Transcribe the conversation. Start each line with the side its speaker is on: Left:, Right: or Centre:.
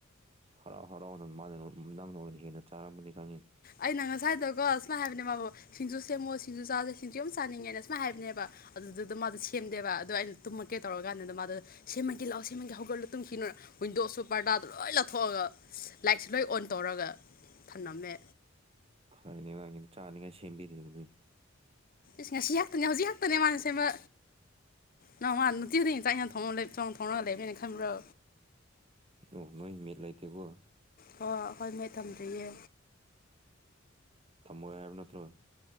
Right: ꯍꯔꯥꯎ ꯍꯔꯥꯎꯅ ꯃꯥꯅ ꯅꯪꯅ ꯑꯣꯏꯅ ꯍꯦꯟꯅ ꯆꯥꯔꯝꯕꯅꯤ ꯈꯪꯉꯤ
Left: ꯑꯩꯅ ꯉꯁꯥꯏꯗꯒ ꯁꯨꯃꯥꯏꯅ ꯍꯥꯏꯕꯅꯦ ꯃꯥꯕꯨꯣ ꯁꯤꯡꯖꯨ ꯁꯦꯝꯃꯣ ꯁꯤꯡꯖꯨ ꯆꯥꯁꯦ ꯁꯤꯡꯖꯨ ꯌꯥꯝ ꯆꯥꯅꯤꯡꯉꯦꯅ ꯁꯨꯃꯥꯏꯅ ꯍꯥꯏꯕꯅꯦꯕ ꯑꯗꯨꯗꯨꯗ ꯃꯥꯗꯣ ꯁꯦꯝꯗꯦꯕ ꯑꯗꯣ ꯑꯩꯅ ꯇꯨꯝꯃꯛꯀꯦ ꯇꯧꯔ ꯀꯥꯟꯗꯨꯗ ꯃꯥꯗꯣ ꯁꯦꯝꯃꯒ ꯂꯥꯛꯑꯣ ꯁꯦꯝꯃꯒꯦ ꯍꯧꯒꯠꯂꯣ ꯇꯨꯝꯈꯤꯅꯣꯏ ꯋꯤꯟꯗꯣꯁꯨ ꯄꯔꯗꯥꯗ ꯂꯣꯏ ꯂꯧꯥꯊꯣꯛꯑꯒ ꯂꯥꯏꯠꯁꯨ ꯂꯣꯏ ꯑꯣꯟ ꯇꯧꯔꯒ ꯊꯝꯂꯝꯝꯃꯦ
Right: ꯐꯥꯏꯅꯦꯤ ꯆꯥꯅꯤꯉꯥꯏ ꯁꯦꯝ ꯁꯦꯝꯕꯤꯅꯤꯔ
Left: ꯁ ꯉꯁꯤ ꯍꯥꯛꯇꯅꯦ ꯍꯧꯖꯤꯛ ꯍꯥꯛꯇꯅꯦ ꯃꯥꯅ ꯁꯦꯝꯕ ꯅ ꯃꯥ ꯅꯨꯅꯨꯡꯇꯤꯗꯤ ꯉꯇꯥꯏ ꯊꯣꯡ ꯂꯩ ꯆꯣꯡ ꯊꯣꯡꯉꯥ ꯂꯩꯃꯦꯈꯕ꯭ꯔꯣ
Right: ꯎ ꯅꯣꯏ ꯃꯂꯥꯏ ꯇꯒꯣ
Left: ꯍ ꯑꯩꯈꯣꯏ ꯃꯩ ꯊꯝꯗ꯭ꯔꯤꯌꯦ
Right: ꯊꯝꯃ ꯍꯥꯏꯕ ꯅꯠꯇ꯭ꯔꯣ